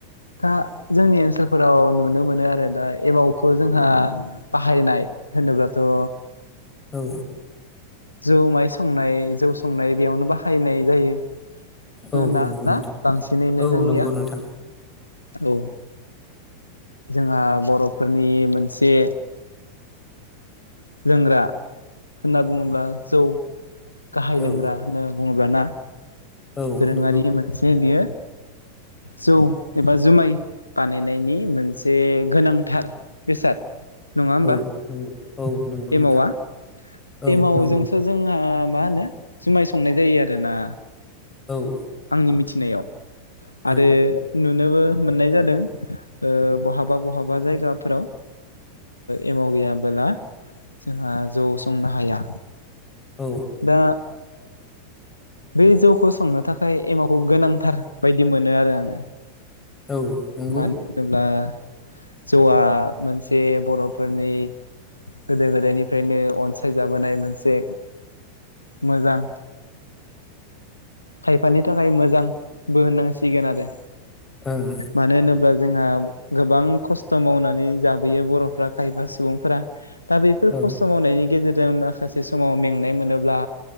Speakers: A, on the left; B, on the left.
A: दा जोंनि ओनसोलफोराव नुनो मोनो आरो दा एमावखौ जोंहा बाहायनाय होनोब्लाथ'
B: औ
A: जौ माइ संनाय जौ संनाय बेयावनो बाहायनाय जा जायो
B: औ
A: होना
B: नंगौ नोंथां
A: ना बांसिनैनो
B: औ
A: जोंनिया
B: नंगौ नोंथां
A: औ जोंहा बर'फोरनि मोनसे लोंग्रा होनना बुङोब्ला जौ गाहाय
B: औ
A: लोंग्रा होनना बुङोब्लाना
B: औ
A: दोरोङारि
B: नंगौ
A: मोनसे बियो जौ एबा जुमाय बानायनायनि मोनसे गोनांथार बेसाद नङा होमबा
B: औ नंगौ औ नंगौ नोंथां
A: एमावा
B: औ
A: एमावजोंसो
B: नंगौ
A: जोंहा मा होनो जुमाय संनाय जायो आरो। दोना
B: औ
A: आंनि मिथिनायाव
B: औ
A: आरो नुनोबो मोननाय जादों ओ बहाबा बहाबा जायगाफोराव एमाव गैयाबोला जोंहा जौ संनो हाया।
B: औ
A: दा बे जौखौ संनो थाखाय एमावखौ गोनांथार बायदि मोनो आरो आङो।
B: औ नंगौ
A: मानो होनोब्ला जौआ मोनसे बर'फोरनि गोदो गोदायनिफ्रायनो अनसायजाबोनाय मोनसे मोजां खायफानि थाखाय मोजांबो होननांसिगोन आरो
B: ओं
A: मानो होनोब्ला जोंहा गोबां खस्थ' मावनानै जाबोयो बर'फ्रा खायफा सुबुंफोरा दा बेफोर
B: औ
A: खस्थ' मावनायनि गेजेर जों माखासे समाव मेंनाय मोनोब्ला